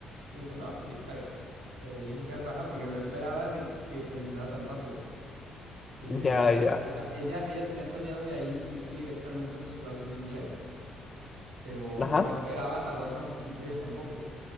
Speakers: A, on the right (about 80°); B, on the left (about 30°).
A: Me dijo, no, pues sí, está bien. Eh, le dije que iba a trabajar porque no esperaba que, que terminara tan rápido. Y le
B: Ya,
A: dije,
B: ya.
A: o sea, ella, ella tenía planeado de ahí irse directamente a sus clases de inglés, pero
B: Ajá.
A: no esperaba tardar tan poquito ella tampoco.